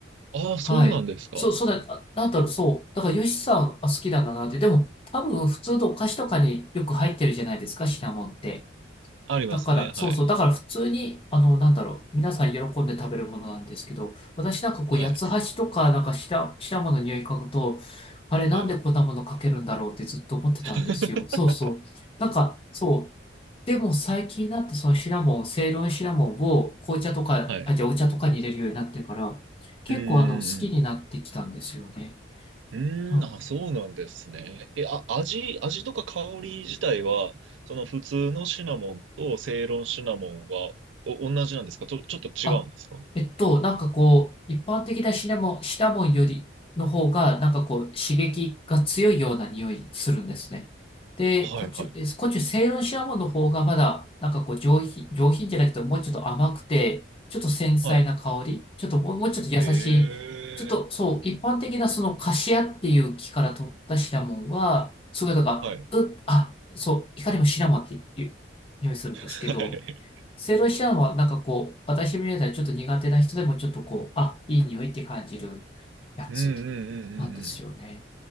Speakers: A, on the right; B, on the left.
A: ああ、そうなんですか。
B: はい。そう、そうだ、あなんだろう、そう。だからヨシさん、あ、好きなんだなって。でも、多分普通のお菓子とかによく入ってるじゃないですか、シナモンって。
A: ありますね、
B: だから、
A: はい。
B: そうそう、だから普通に、あの、なんだろう、皆さん喜んで食べるものなんですけど、私なんかこう、
A: はい、
B: 八つ橋とか、なんか下、下もの匂い嗅ぐと、あれ、なんでこんなものかけるんだろうってずっと思ってたんですよ。
A: はい。<laughs>
B: そうそう。なんか、そう。でも最近になって、そのシナモン、セイロンシナモンを紅茶とか、
A: はい。
B: あ、じゃあお茶とかに入れるようになってから、結構あの、
A: うーん。
B: 好きになってきたんですよね。
A: うーん、
B: うん
A: あ、そうなんですね。え、あ、味、味とか香り自体は、その普通のシナモンとセイロンシナモンは、お、同じなんですかちょ、ちょっと違うんですか
B: あ、えっと、なんかこう、一般的なシナモン、シナモンよりの方が、なんかこう、刺激が強いような匂いするんですね。で、
A: はいはい
B: こっち、えこっち、セイロンシナモンの方がまだ、なんかこう、上品、上品じゃなくて、もうちょっと甘くて、ちょっと繊細な香り、
A: はい。はい。
B: ちょっともう、もうちょっと優しい、
A: ええ
B: ちょっとそう、一般的なそのカシアっていう木から取ったシナモンは、すごいなんか、
A: はい。
B: う、あ、そう、いかにもシナモンっていう匂いするんですけど、
A: はい。
B: セイロシアンはなんかこう、私みたいにちょっと苦手な人でもちょっとこう、あ、いい匂いって感じるやつ
A: うんうんうんうんうん。
B: なんですよね。